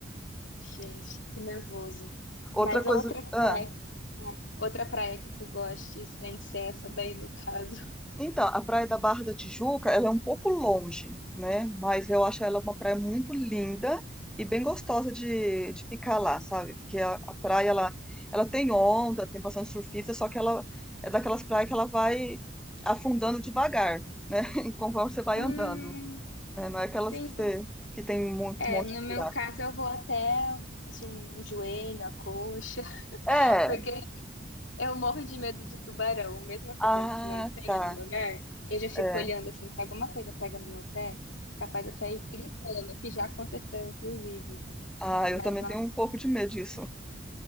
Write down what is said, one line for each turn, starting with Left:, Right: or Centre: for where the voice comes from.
Left: Gente, que nervoso.
Centre: <laughs> Outra
Left: Mas
Centre: coisa.
Left: outra
Centre: ah,
Left: praia, é, outra praia que tu goste, sem ser essa daí no caso.
Centre: Então, a Praia da Barra da Tijuca, ela é um pouco longe, né? Mas eu acho ela uma praia muito linda e bem gostosa de, de ficar lá, sabe? Porque a, a praia, ela, ela tem onda, tem bastante surfista, só que ela é daquelas praias que ela vai afundando devagar, né? <laughs> Conforme você vai
Left: Hum,
Centre: andando, né? Não é aquelas
Left: sim,
Centre: que
Left: entendi.
Centre: você, que tem um mon-
Left: É,
Centre: um monte
Left: no
Centre: de
Left: meu
Centre: buraco.
Left: caso eu vou até assim, joelho, a coxa, <laughs>
Centre: É,
Left: porque Eu morro de medo de tubarão, mesmo eu sabendo
Centre: ah,
Left: que não pega
Centre: tá,
Left: no lugar, eu já fico
Centre: é.
Left: olhando assim, se alguma coisa pega no meu pé, capaz de eu sair gritando, que já aconteceu, inclusive.
Centre: Ah,
Left: Mas,
Centre: eu também
Left: nossa,
Centre: tenho um pouco de medo disso.